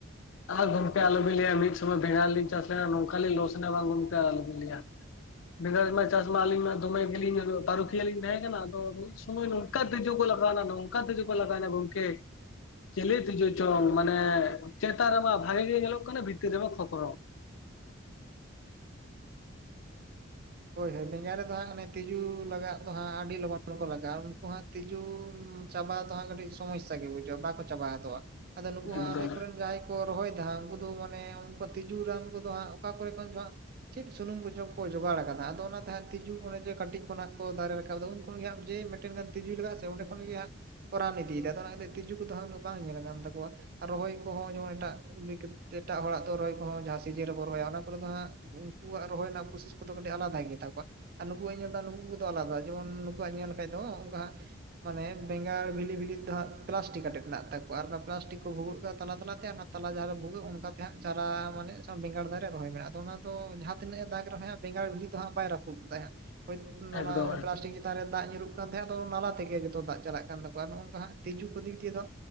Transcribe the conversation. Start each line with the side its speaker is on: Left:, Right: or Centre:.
Left: ᱟᱨ ᱜᱚᱝᱠᱮ ᱟᱞᱚᱵᱤᱱ ᱞᱟᱹᱭᱟ ᱢᱤᱫ ᱥᱚᱢᱚᱭ ᱵᱮᱸᱜᱟᱲ ᱞᱤᱧ ᱪᱟᱥ ᱞᱮᱫ-ᱟ ᱱᱚᱝᱠᱟᱞᱤᱧ ᱞᱚᱥ ᱮᱱᱟ ᱵᱟᱝ ᱜᱚᱝᱠᱮ ᱟᱨ ᱟᱞᱚᱵᱤᱱ ᱞᱟᱹᱭᱟ ᱾ ᱵᱮᱸᱜᱟᱲ ᱢᱟ ᱪᱟᱥ ᱢᱟ ᱟᱹᱞᱤᱧ ᱢᱟ ᱫᱚᱢᱮ ᱜᱮᱞᱤᱧ ᱯᱟᱹᱨᱩᱠᱷᱤᱭᱟᱹᱞᱤᱧ ᱛᱟᱦᱮᱸ ᱠᱟᱱᱟ ᱟᱫᱚ ᱱᱚᱝᱠᱟ ᱛᱤᱡᱩ ᱠᱚ ᱞᱟᱜᱟᱣᱮᱱᱟ ᱱᱚᱝᱠᱟ ᱛᱤᱡᱩ ᱠᱚ ᱞᱟᱜᱟᱣ ᱮᱱᱟ ᱜᱚᱝᱠᱮ ᱪᱮᱞᱤ ᱛᱤᱡᱩ ᱪᱚᱝ ᱢᱟᱱᱮ ᱪᱮᱛᱟᱱ ᱨᱮᱢᱟ ᱵᱷᱟᱜᱮ ᱜᱮ ᱧᱮᱞᱚᱜ ᱠᱟᱱᱟ ᱵᱷᱤᱛᱤᱨ ᱨᱮᱢᱟ ᱠᱷᱚᱠᱨᱚ
Right: ᱦᱳᱭ ᱦᱳᱭ ᱾ ᱵᱮᱸᱜᱟᱲ ᱨᱮᱫᱚ ᱦᱟᱸᱜ ᱚᱱᱮ ᱛᱤᱡᱩ ᱞᱟᱜᱟᱜ ᱫᱚ ᱦᱟᱸᱜ ᱟᱹᱰᱤ ᱞᱚᱜᱚᱱ ᱠᱚ ᱞᱟᱜᱟᱜᱼᱟ ᱩᱱᱠᱩ ᱦᱟᱸᱜ ᱛᱤᱡᱩ ᱪᱟᱵᱟ ᱫᱚ ᱦᱟᱸᱜ ᱠᱟᱹᱴᱤᱡ ᱥᱚᱢᱚᱥᱥᱟ ᱜᱮ ᱵᱩᱡᱷᱟᱹᱜᱼᱟ ᱵᱟᱠᱚ ᱪᱟᱵᱟ ᱦᱚᱫᱚᱜᱼᱟ ᱾ ᱟᱫᱚ ᱱᱩᱠᱩ
Left: ᱮᱠᱫᱚᱢ
Right: ᱦᱚᱸ ᱟᱞᱮ ᱠᱚᱨᱮᱱ ᱡᱟᱦᱟᱭ ᱠᱚ ᱨᱚᱦᱚᱭᱮᱫᱟ ᱦᱟᱸᱜ ᱩᱱᱠᱩ ᱫᱚ ᱢᱟᱱᱮ ᱩᱱᱠᱩ ᱛᱤᱡᱩ ᱨᱟᱱ ᱠᱚᱫᱚ ᱦᱟᱸᱜ ᱚᱠᱟ ᱠᱚᱨᱮ ᱠᱷᱚᱱ ᱪᱚ ᱦᱟᱸᱜ ᱪᱮᱫ ᱥᱩᱱᱩᱢ ᱠᱚᱪᱚ ᱠᱚ ᱡᱚᱜᱟᱲ ᱟᱠᱟᱫᱟ ᱟᱫᱚ ᱚᱱᱟᱛᱮ ᱦᱟᱸᱜ ᱛᱤᱡᱩ ᱚᱱᱮ ᱠᱟᱹᱴᱤᱡ ᱠᱷᱚᱱ ᱦᱟᱸ ᱠᱚ ᱫᱟᱨᱮ ᱨᱟᱠᱟᱵ ᱟᱫᱚ ᱩᱱ ᱠᱷᱚᱱ ᱜᱮ ᱦᱟᱸᱜ ᱡᱮ ᱢᱤᱫᱴᱮᱱ ᱜᱟᱱ ᱛᱤᱡᱩ ᱞᱟᱜᱟ ᱟᱭ ᱥᱮ ᱚᱸᱰᱮ ᱠᱷᱚᱱ ᱜᱮ ᱦᱟᱸᱜ ᱠᱚ ᱨᱟᱱ ᱤᱫᱤᱭᱮᱫᱟ ᱛᱚ ᱚᱱᱟ ᱛᱤᱡᱩ ᱠᱚᱫᱚ ᱩᱱᱟᱹᱜ ᱵᱟᱝ ᱧᱮᱞᱚᱜ ᱠᱟᱱ ᱛᱟᱠᱚᱣᱟ ᱾ ᱨᱚᱦᱚᱭ ᱠᱚᱦᱚᱸ ᱡᱮᱢᱚᱱ ᱮᱴᱟᱜ ᱮᱴᱟᱜ ᱦᱚᱲᱟᱜ ᱫᱚ ᱨᱚᱦᱚᱭ ᱠᱚᱦᱚᱸ ᱡᱟᱦᱟᱸ ᱥᱤᱡᱤᱱ ᱨᱮᱵᱚᱱ ᱨᱚᱦᱚᱭᱟ ᱚᱱᱟ ᱠᱚᱨᱮ ᱫᱚ ᱦᱟᱸᱜ ᱩᱱᱠᱩᱣᱟᱜ ᱨᱚᱦᱚᱭ ᱨᱮᱱᱟᱜ ᱯᱨᱚᱥᱮᱥ ᱠᱚᱫᱚ ᱟᱞᱟᱫᱟ ᱜᱮᱛᱟ ᱠᱚᱣᱟ ᱟᱨ ᱱᱩᱠᱩᱣᱟᱜ ᱧᱮᱞᱫᱟ ᱱᱩᱠᱩ ᱠᱚᱫᱚ ᱟᱞᱟᱫᱟ᱾ᱡᱮᱢᱚᱱ ᱱᱩᱠᱩᱣᱟᱜ ᱧᱮᱞ ᱞᱮᱠᱷᱟᱡ ᱫᱚ ᱚᱱᱠᱟ ᱦᱟᱸᱜ ᱢᱟᱱᱮ ᱵᱮᱸᱜᱟᱲ ᱵᱷᱤᱞᱤ ᱵᱷᱤᱞᱤ ᱛᱮ ᱦᱟᱸᱜ ᱯᱞᱟᱥᱴᱤᱠ ᱟᱴᱮᱫ ᱢᱮᱱᱟᱜ ᱛᱟᱠᱚᱣᱟ ᱟᱨ ᱚᱱᱟ ᱯᱞᱟᱥᱴᱤᱠ ᱠᱚ ᱵᱷᱩᱜᱟᱹᱜ ᱠᱟ ᱛᱟᱞᱟ ᱛᱟᱞᱟᱛᱮ ᱛᱟᱞᱟ ᱡᱟᱦᱟᱸ ᱨᱮ ᱵᱷᱩᱜᱟᱹᱜ ᱚᱱᱠᱟ ᱛᱮ ᱦᱟᱸᱜ ᱪᱟᱨᱟ ᱢᱟᱱᱮ ᱵᱮᱸᱜᱟᱲ ᱫᱟᱨᱮ ᱨᱚᱦᱚᱭ ᱢᱮᱱᱟᱜᱼᱟ᱾ ᱚᱱᱟ ᱫᱚ ᱡᱟᱦᱟᱸ ᱛᱤᱱᱟᱹᱜ ᱮ ᱫᱟᱜ ᱨᱮᱦᱚᱸ ᱵᱮᱸᱜᱟᱲ ᱵᱷᱤᱞᱤ ᱫᱚ ᱦᱟᱸᱜ ᱵᱟᱭ ᱨᱟᱹᱯᱩᱫ ᱫᱟ ᱦᱳᱭ ᱚᱱᱟ
Left: ᱮᱠᱫᱚᱢ ᱮᱠᱫᱚᱢ
Right: ᱯᱞᱟᱥᱴᱤᱠ ᱪᱮᱛᱟᱱ ᱨᱮ ᱫᱟᱜ ᱧᱩᱨᱩᱜ ᱠᱟᱱ ᱛᱟᱦᱮᱸᱫ ᱟᱫᱚ ᱱᱟᱞᱟ ᱛᱮᱜᱮ ᱡᱚᱛᱚ ᱫᱟᱜ ᱪᱟᱞᱟᱜ ᱠᱟᱱ ᱛᱟᱠᱚᱣᱟ ᱱᱚᱜ ᱱᱚᱝᱠᱟ ᱦᱟᱸᱜ ᱛᱤᱡᱩ ᱠᱚ ᱫᱤᱠ ᱫᱤᱭᱮ